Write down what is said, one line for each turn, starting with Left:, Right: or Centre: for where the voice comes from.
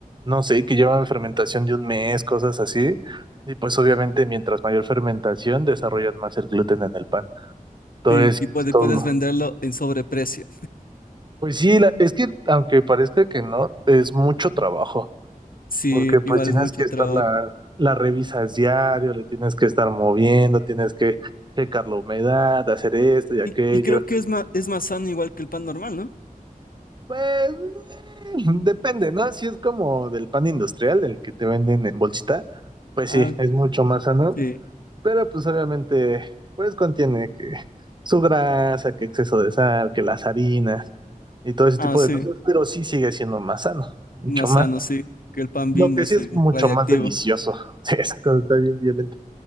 Right: no sé, que llevan fermentación de un mes, cosas así. Y pues obviamente mientras mayor fermentación desarrollan más el gluten en el pan. Entonces,
Left: Sí, y puedes,
Right: es todo.
Left: puedes venderlo en sobreprecio.
Right: Pues sí, la- es que aunque parezca que no, es mucho trabajo.
Left: Sí,
Right: porque pues
Left: igual
Right: tienes
Left: es mucho
Right: que estar
Left: trabajo.
Right: la, la revisas diario, le tienes que estar moviendo, tienes que checar la humedad, hacer esto y aquello.
Left: Y, y creo que es más, es más sano igual que el pan normal, ¿no?
Right: Pues <laughs> eh, depende, ¿no? Si es como del pan industrial, del que te venden en bolsita, pues
Left: Ah,
Right: sí, es mucho más sano,
Left: sí.
Right: pero pues obviamente pues contiene que su grasa, que exceso de sal, que las harinas y todo ese
Left: Ah,
Right: tipo
Left: sí.
Right: de cosas, pero sí sigue siendo más sano, mucho
Left: Más
Right: más.
Left: sano, sí. Que el pan
Right: Lo
Left: Bimbo
Right: que
Left: es
Right: sí es mucho
Left: radiactivo.
Right: más delicioso. <laughs> Sí, esa cosa está bien bien